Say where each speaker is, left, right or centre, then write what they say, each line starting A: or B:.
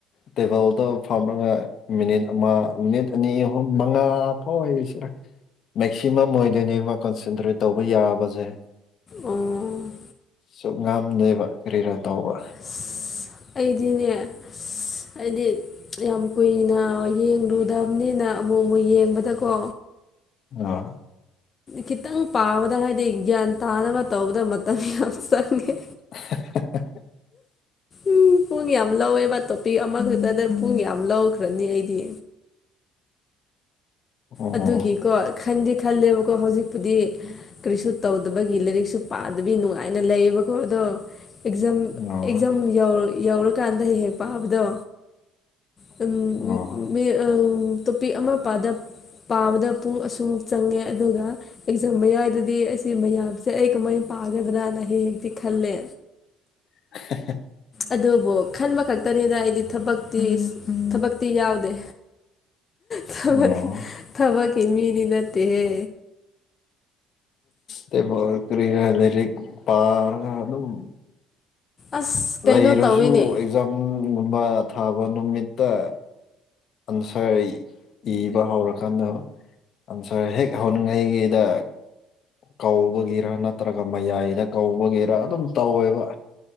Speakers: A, on the left; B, on the left.
A: ꯇꯦꯕꯜꯗꯣ ꯐꯝꯃꯒ ꯃꯤꯅꯤꯠ ꯑꯃ ꯃꯤꯅꯤꯠ ꯑꯅꯤ ꯑꯍꯨꯝ ꯃꯉꯥ ꯊꯣꯏꯁꯤꯔ ꯃꯦꯛꯁꯤꯃꯝ ꯑꯣꯏꯅꯅꯦꯕ ꯀꯟꯁꯦꯟꯇ꯭ꯔꯦꯠ ꯇꯧꯕ ꯌꯥꯕꯁꯦ
B: ꯎꯝ
A: ꯑꯁꯨꯛ ꯉꯥꯝꯗꯦꯕ ꯀꯔꯤꯔꯥ ꯇꯧꯕ
B: ꯏꯁ ꯑꯩꯗꯤꯅꯦ ꯏꯂ ꯑꯩꯗꯤ ꯌꯥꯝ ꯀꯨꯏꯅ ꯌꯦꯡꯂꯨꯗꯕꯅꯤꯅ ꯑꯃꯨꯛ ꯑꯃꯨꯛ ꯌꯦꯡꯕꯗꯀꯣ
A: ꯑꯥ
B: ꯈꯤꯇꯪ ꯄꯥꯕꯗ ꯍꯥꯏꯗꯤ ꯒ꯭ꯌꯥꯟ ꯇꯥꯅꯕ ꯇꯧꯕꯗ ꯃꯇꯝ ꯌꯥꯝ ꯆꯪꯉꯦ
A: <unintelligible>
B: ꯎꯝ ꯄꯨꯡ ꯌꯥꯝ ꯂꯧꯋꯦꯕ ꯇꯣꯄꯤꯛ ꯑꯃꯈꯛꯇꯗ ꯄꯨꯡ ꯌꯥꯝ ꯂꯧꯈ꯭ꯔꯅꯤ ꯑꯩꯗꯤ
A: ꯑꯣ
B: ꯑꯗꯨꯒꯤꯀꯣ ꯈꯟꯗꯤ ꯈꯜꯂꯦꯕꯀꯣ ꯍꯧꯖꯤꯛꯄꯨꯗꯤ ꯀꯔꯤꯁꯨ ꯇꯧꯗꯕꯒꯤ ꯂꯥꯏꯔꯤꯛꯁꯨ ꯄꯥꯗꯕꯤ ꯅꯨꯡꯉꯥꯏꯅ ꯂꯩꯌꯦꯕꯀꯣ ꯑꯗꯣ ꯑꯦꯛꯖꯥꯝ
A: ꯑꯣ
B: ꯑꯦꯛꯖꯥꯝ ꯌꯧ ꯌꯧꯔꯀꯥꯟꯗ ꯍꯦꯛ ꯍꯦꯛ ꯄꯥꯕꯗꯣ ꯗꯨꯝ
A: ꯑꯣ
B: ꯃꯤ ꯑꯪ ꯇꯣꯄꯤꯛ ꯑꯃ ꯄꯥꯗꯞ ꯄꯥꯕꯗ ꯄꯨꯡ ꯑꯁꯨꯃꯨꯛ ꯆꯪꯉꯦ ꯑꯗꯨꯒ ꯑꯦꯛꯖꯥꯝ ꯃꯌꯥꯏꯗꯗꯤ ꯑꯁꯤ ꯃꯌꯥꯝꯁꯦ ꯑꯩ ꯀꯃꯥꯏꯅ ꯄꯥꯒꯗ꯭ꯔꯅ ꯍꯦꯛ ꯍꯦꯛꯇꯤ ꯈꯜꯂꯦ
A: <unintelligible>
B: ꯑꯗꯨꯕꯨ ꯈꯟꯕ ꯈꯛꯇꯅꯤꯗ ꯑꯩꯗꯤ ꯊꯕꯛꯇꯤ ꯊꯕꯛꯇꯤ ꯌꯥꯎꯗꯦ ꯊꯕꯛ
A: ꯑꯣ
B: ꯊꯕꯛꯀꯤ ꯃꯤꯗꯤ ꯅꯠꯇꯦꯍꯦ
A: ꯇꯦꯕꯜ ꯀꯔꯤꯔꯥ ꯂꯩꯔꯤꯛ ꯄꯥꯔꯒ ꯑꯗꯨꯝ
B: ꯑꯁ ꯀꯩꯅꯣ
A: ꯂꯩꯔꯁꯨ
B: ꯇꯧꯋꯤꯅꯦ
A: ꯑꯦꯛꯖꯥꯝꯒꯨꯝꯕ ꯊꯥꯕ ꯅꯨꯃꯤꯠꯇ ꯑꯟꯁꯔ ꯏꯕ ꯍꯧꯔꯀꯥꯟꯗ ꯑꯟꯁꯔ ꯍꯦꯛ ꯍꯧꯅꯤꯡꯉꯥꯏꯒꯤꯗ ꯀꯧꯕꯒꯤꯔ ꯅꯠꯇ꯭ꯔꯒ ꯃꯌꯥꯏꯗ ꯀꯧꯕꯒꯤꯔ ꯑꯗꯨꯝ ꯇꯧꯋꯦꯕ